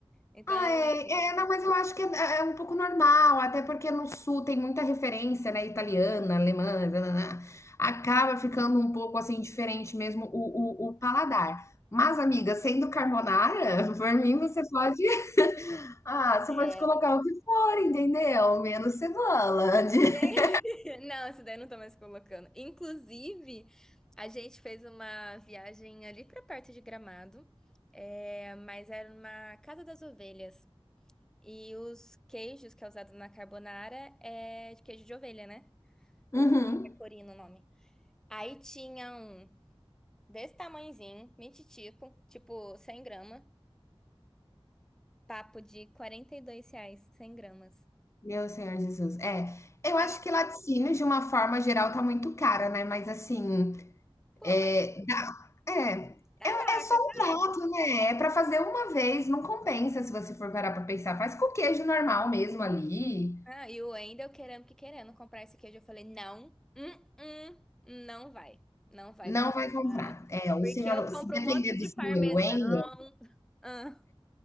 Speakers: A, in the centre; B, on the left.
A: Então,
B: Ah,
A: ele-
B: é, é, não, mas eu acho que é, é um pouco normal, até porque no sul tem muita referência, né? Italiana, alemã, nananã. acaba ficando um pouco assim diferente mesmo o, o, o paladar. Mas, amiga, sendo carbonara, <laughs> por mim você pode Ah, você
A: é,
B: pode colocar o que for, entendeu? Menos cebola. De-
A: <laughs>
B: <laughs>
A: Não, essa daí eu não tô mais colocando. Inclusive, a gente fez uma viagem ali pra perto de Gramado, é, mas era uma casa das ovelhas. E os queijos que é usado na carbonara é de queijo de ovelha, né? O
B: Uhum.
A: pecorino o nome. Aí tinha um desse tamanhozinho, mititico, tipo 100 gramas, papo de 42 reais, 100 gramas.
B: Meu Senhor Jesus. É, eu
A: Ah,
B: acho que laticínio, de uma forma geral, tá muito cara, né? Mas assim,
A: pô, mas
B: é, é, é
A: saca,
B: é só um
A: sabe?
B: prato, né? É pra fazer uma vez, não compensa se você for parar pra pensar. Faz com queijo normal mesmo ali.
A: Ah, e o Wendel querendo que querendo comprar esse queijo. Eu falei, não, hum, hum, não vai. Não vai
B: Não
A: comprar.
B: vai comprar. É, o
A: Porque
B: senhor,
A: eu compro
B: se depender
A: um monte de
B: do senhor
A: parmesão.
B: Wendel,
A: Ah,